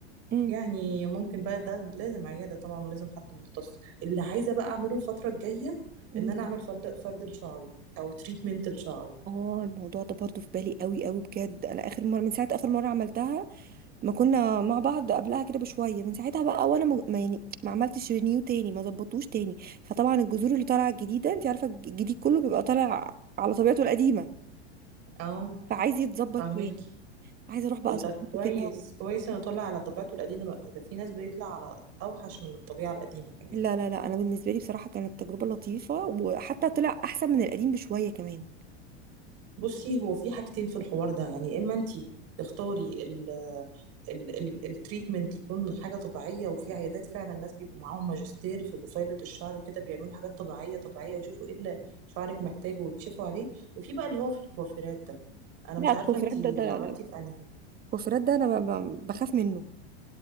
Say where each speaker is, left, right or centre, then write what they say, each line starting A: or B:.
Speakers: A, on the right (about 30°); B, on the right (about 50°).
A: امم
B: يعني ممكن بقى ده لازم عيادة طبعا ولازم حد مختص اللي عايزه بقى اعمله الفترة الجاية
A: امم
B: ان انا اعمل فرد فرد لشعري او تريتمنت لشعري
A: اه الموضوع ده برضو في بالي قوي قوي بجد انا اخر مره من ساعه اخر مره عملتها ما كنا مع بعض قبلها كده بشويه من ساعتها بقى وانا ما ما- يعني ما عملتش رينيو تاني ما ظبطوش تاني فطبعا الجذور اللي طالعه الجديده انت عارفه الجديد كله بيبقى طالع على طبيعته القديمه
B: اه
A: فعايز يتظبط
B: فاهمك
A: تاني عايزه اروح بقى
B: وده
A: اظبطه
B: كويس
A: كده
B: كويس انه طلع على طبيعته القديمة ده في ناس بيطلع على اوحش من الطبيعة القديمة كمان
A: لا لا لا انا بالنسبه لي بصراحه كانت تجربه لطيفه وحتى طلع احسن من القديم بشويه كمان
B: بصي هو في حاجتين في الحوار ده يعني اما انت تختاري ال ال ال التريتمنت يكون حاجة طبيعية وفي عيادات فعلا الناس بيبقوا معاهم ماجستير في بصيلة الشعر وكده بيعملوا حاجات طبيعية طبيعية ويشوفوا ايه اللي شعرك محتاجه ويكشفوا عليه وفي بقى اللي هو في الكوافيرات ده انا
A: لا
B: مش
A: الكوفرات
B: عارفة انت
A: ده, ده لا
B: عملتي
A: لا لا
B: في انهي
A: الكوفرات ده انا ب- ب- بخاف منه